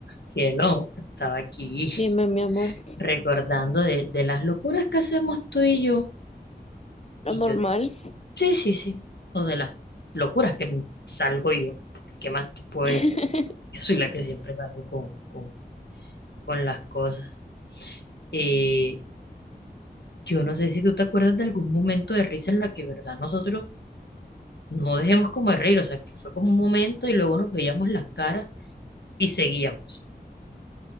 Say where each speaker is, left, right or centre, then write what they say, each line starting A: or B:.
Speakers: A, on the left (about 80°); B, on the left (about 40°).
A: Cielo, estaba aquí <laughs>
B: Dime, mi amor,
A: recordando de, de las locuras que hacemos tú y yo.
B: lo
A: Y
B: normal.
A: yo de, sí, sí, sí. O de las locuras que m- salgo yo. ¿Qué más te puedes?
B: <laughs>
A: <laughs> Yo soy la que siempre salgo con, con, con las cosas. Eh, yo no sé si tú te acuerdas de algún momento de risa en la que, verdad, nosotros no dejemos como de reír. O sea, que fue como un momento y luego nos veíamos las caras y seguíamos.